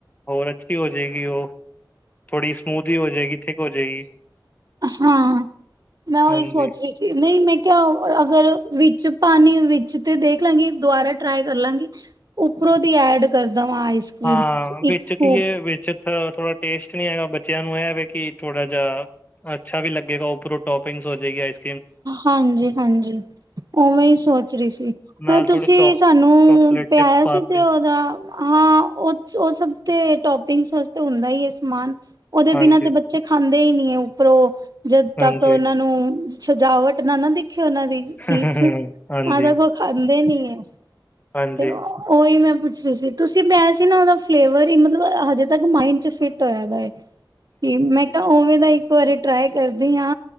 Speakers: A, on the left; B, on the right.
A: ਹੋਰ ਅੱਛੀ ਹੋ ਜੇਗੀ ਉ। ਥੋੜੀ ਸਮੂਥ ਹੀ ਹੋ ਜਾਏਗੀ। ਹੋ ਜਾਏਗੀ
B: ਹਾਂ, ਮੈਂ ਉਹੀ
A: ਹਾਂਜੀ
B: ਸੋਚ ਰਹੀ ਸੀ। ਨਹੀਂ ਮੈਂ ਕਿਆ, ਅਗਰ ਵਿੱਚ ਪਾਣੀ ਵਿੱਚ ਤੇ ਦੇਖ ਲਾਂਗੀ ਦੁਬਾਰਾ ਟਰਾਈ ਕਰ ਲਾਂਗੀ। ਉੱਪਰੋਂ ਦੀ ਐਡ ਕਰਦਾ ਵਾਂ ਆਈਸ ਕਰ੍ਰੀਮ
A: ਹਾਂ
B: ਇੱਕ
A: ਵਿੱਚ
B: ਸਕੂਪ
A: ਕੀ ਏ ਵਿੱਚ ਸਰ ਥੋੜ੍ਹਾ ਟੇਸਟ ਨਹੀਂ ਹੈਗਾ, ਬੱਚਿਆਂ ਨੂੰ ਐ, ਵਾ, ਕੀ ਥੋੜ੍ਹਾ ਜਿਹਾ ਅੱਛਾ ਵੀ ਲੱਗੇਗਾ, ਉਪਰੋਂ ਟੋਪਿੰਗਸ ਹੋ ਜਾਏਗੀ ਇਸ।
B: ਹਾਂਜੀ- ਹਾਂਜੀ ਉਵੇਂ ਹੀ ਸੋਚ ਰਹੀ ਸੀ।
A: ਨਾਲ
B: ਪਰ ਤੁਸੀਂ
A: ਥੋੜੇ ਚੌਕ
B: ਸਾਨੂੰ
A: ਚੋਕਲੇਟ
B: ਪਿਆਇਆ
A: ਚਿਪਸ ਪਾਤੇ
B: ਸੀ ਤੇ ਉਹਦਾ ਹਾਂ ਉਹ, ਉਹ ਸਭ ਤੇ ਟੋਪਿੰਗ ਵਾਸਤੇ ਹੁੰਦਾ ਹੀ ਹੈ ਸਮਾਨ। ਉਹਦੇ
A: ਹਾਂਜੀ
B: ਬਿਨਾਂ ਤੇ ਬ ਚੇ ਖਾਂਦੇ ਹੀ, ਨੀ, ਹੈ, ਉੱਪਰੋਂ, ਜਦ ਤੱਕ
A: ਹਾਂਜੀ
B: ਉਹਨਾਂ ਨੂੰ ਸਜਾਵਟ ਨਾ ਨਾ ਦਿਖੇ ਉਹਨਾਂ ਦੀ। ਚੀਜ਼
A: ਹਾਂਜੀ ਹਾਂਜੀ
B: ਆ ਤੱਕ ਉਹ ਖਾਂਦੇ ਨੀ ਏ,,
A: ਹਾਂਜੀ
B: ਤੇ ੳਹ ਓਹੀ ਮੈਂ ਪੁੱਛ ਰਹੀ ਸੀ, ਤੁਸੀਂ ਪਿਆਈਆ ਸੀ ਨਾ ਉਹਦਾ ਫਲੇਵਰ ਈ, ਮਤਲਬ ਹਜੇ ਤਕ ਮਾਇੰਡ ਚ ਫਿਟ ਹੋਇਆ ਦਾ ਏ। ਕੀ ਮੈਂ ਕਿਹਾ, ਉਵੇਂ ਦਾ ਇੱਕ ਵਾਰੀ ਟਰਾਈ ਕਰਦੀ ਆ,